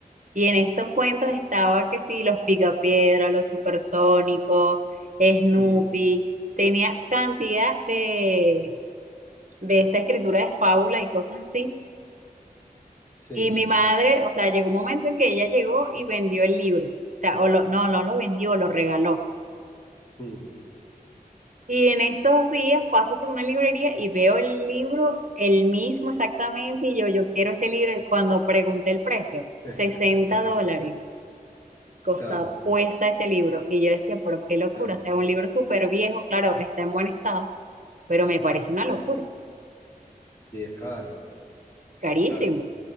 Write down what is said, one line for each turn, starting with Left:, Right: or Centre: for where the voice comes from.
Right: y en estos cuentos estaba que sí, los Picapiedra, los Supersónicos, Snoopy.
Left: mm,
Right: Tenía cantidad de, de esta escritura de fábula y cosas así.
Left: sí,
Right: Y mi madre, o sea, llegó un momento en que ella llegó y vendió el libro. O sea, o lo- no, no lo vendió, lo regaló.
Left: mm.
Right: Y en estos días paso por una librería y veo el libro, el mismo exactamente, y yo, yo quiero ese libro. Cuando pregunté el precio,
Left: <laughs>
Right: 60
Left: Claro,
Right: dólares costa,
Left: claro,
Right: cuesta ese libro. Y yo decía, pero qué locura,
Left: claro.
Right: o sea, un libro súper viejo, claro, está en buen estado, pero me parece una locura,
Left: Sí, sí, es caro,
Right: carísimo.
Left: es caro.